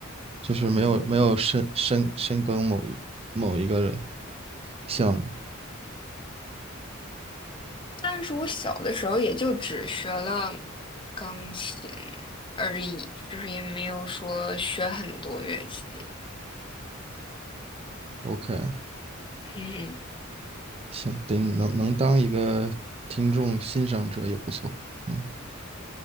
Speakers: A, on the right; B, on the left.
A: 就是没有没有深深深耕某一某一个
B: 嗯，
A: 项目。
B: 但是我小的时候也就只学了钢琴而已，就是也没有说学很多乐器。
A: OK，
B: 嗯，
A: 行，得能能当一个听众欣赏者也不错，嗯。